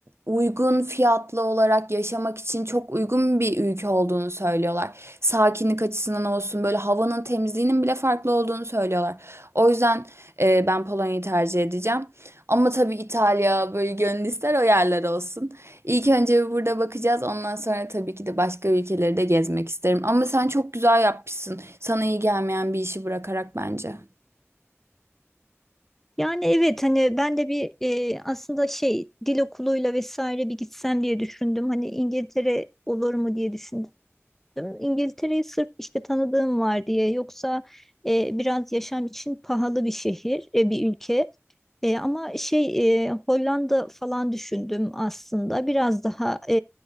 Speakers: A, on the right; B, in the centre.
A: uygun fiyatlı olarak yaşamak için çok uygun bir ülke olduğunu söylüyorlar. Sakinlik açısından olsun, böyle havanın temizliğinin bile farklı olduğunu söylüyorlar. O yüzden e, ben Polonya'yı tercih edeceğim. Ama tabii İtalya böyle gönül ister o yerler olsun. İlk önce burada bakacağız. Ondan sonra tabii ki de başka ülkeleri de gezmek isterim. Ama sen çok güzel yapmışsın. Sana iyi gelmeyen bir işi bırakarak bence.
B: Yani evet hani ben de bir e, aslında şey dil okuluyla vesaire bir gitsem diye düşündüm. Hani İngiltere olur mu diye düşündüm. İngiltere'yi sırf işte tanıdığım var diye yoksa e, biraz yaşam için pahalı bir şehir, e, bir ülke. E, ama şey e, Hollanda falan düşündüm aslında. Biraz daha e,